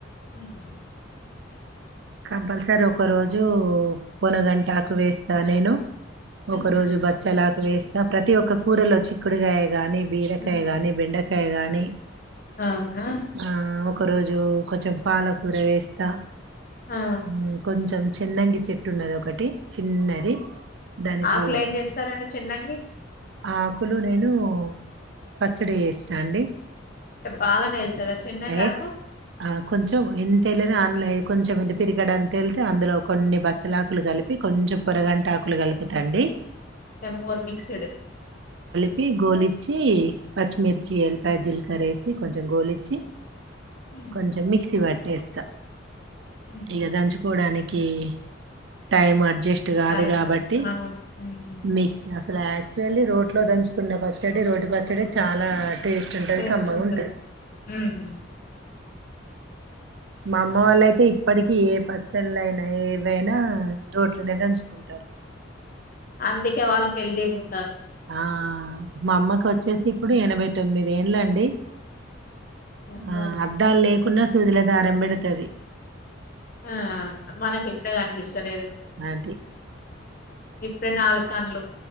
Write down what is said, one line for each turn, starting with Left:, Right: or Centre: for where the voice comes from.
Left: ఊహు
Right: కంపల్సరీ ఒక రోజు పొనగంటాకు వేస్తా నేను
Left: ఉహు
Right: ఒక రోజు బచ్చలాకు వేస్తా ప్రతి ఒక్క కూరలో చిక్కుడుగాయ గాని బీరకాయ
Left: ఉహు.
Right: గాని బెండకాయ గాని
Left: అవునా
Right: ఆ ఒక రోజు కొంచెం పాలకూర వేస్తా
Left: ఆ
Right: ఉం కొంచెం చిన్నంగి చె ట్టున్నదొకటి చిన్నది దానికి
Left: ఆకులు ఏం చేస్తారండి చిన్నంగి
Right: ఆకులు నేను పచ్చడి చేస్తా అండి
Left: బాగనే ఎల్తర చిన్నగాకు
Right: ఏ ఆ కొంచెం ఎంతెళినా ఆన్లై కొంచెం ఇది పిరిగడంతెళ్తే అందులో కొన్ని బచ్చలాకులు గలిపి కొంచెం పొరగంటాకులు కలుపుతండి
Left: డెమోర్ మిక్స్డ్
Right: ప్పి గోలిచ్చి పచ్చిమిర్చి ఎల్పాయ జీల్కరేసి కొంచెం గోలిచ్చి
Left: ఉహు.
Right: కొంచెం మిక్సీ పట్టేస్తా
Left: ఉహు.
Right: ఇగ దంచుకోడానికి కి టైం అడ్జస్ట్ గాదు
Left: టైమ్
Right: గాబట్టి
Left: అవును ఉమ్
Right: మిక్స్ యాక్చువల్లీ రోట్లో దంచుకున్నే పచ్చడి రోటి పచ్చడి చాలా టేస్ట్ ఉంటది
Left: టేస్ట్
Right: కమ్మగుంటది
Left: ఉంటది ఉమ్
Right: మా అమ్మవాలై తే ఇప్పటికీ ఏ పచ్చళ్ళయినా ఏవైనా రోట్లనే దంచుకుంటారు
Left: అందుకే వాళ్ళు హెల్దీగుంటారు
Right: ఆ మా అమ్మకు వచ్చేసి ఇప్పుడు ఎనభై తొమ్మిది ఏండ్లండి
Left: అమ్మో
Right: ఆ అద్దాలు లేకున్నా సూదుల దారం బెడతది
Left: ఆ మనకిప్పుడే కనిపిస్తలేదు
Right: అది
Left: ఇప్పేణాలుకన్లు